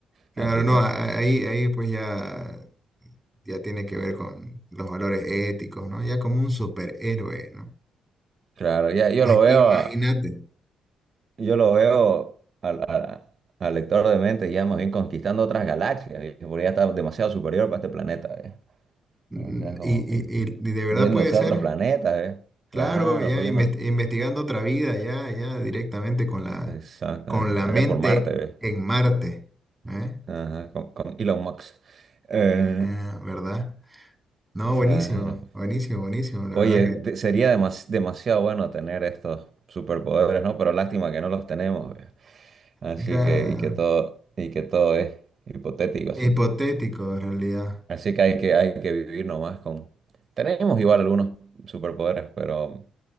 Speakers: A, in the centre; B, on the right.
A: claro,
B: Así
A: no,
B: que,
A: a- a- ahí, ahí pues ya, ya tiene que ver con los valores éticos, ¿no? Ya como un superhéroe, ¿no?
B: claro, ya yo
A: Ima-
B: lo veo.
A: Imagínate.
B: Yo lo veo al, a- al lector de mente ya más bien conquistando otras galaxias, ¿viste? porque ya está demasiado superior para este planeta, ¿eh?
A: Mm,
B: O sea, es como
A: Y, y-
B: que
A: y- y de verdad
B: yéndose
A: puede ser,
B: a otros planetas, ¿eh?
A: claro,
B: Claro,
A: ya
B: pues
A: inves-
B: yendo.
A: investigando otra vida, ya, ya directamente con la,
B: Exacto,
A: con
B: ¿eh?
A: la
B: allá
A: mente
B: por Marte, ¿eh?
A: en Marte, ¿eh?
B: Ajá, con, con Elon Musk. Eh,
A: Eh, ¿verdad? No, buenísimo,
B: claro.
A: buenísimo, buenísimo, la
B: Oye,
A: verdad
B: de- sería demas- demasiado bueno tener estos superpoderes, ¿no? Pero lástima que no los tenemos, ¿eh? Así
A: Acá,
B: que, y que todo, y que todo es hipotético,
A: hipotético
B: así que.
A: en realidad,
B: Así que hay que, hay que vivir nomás con... Tenemos igual algunos superpoderes, pero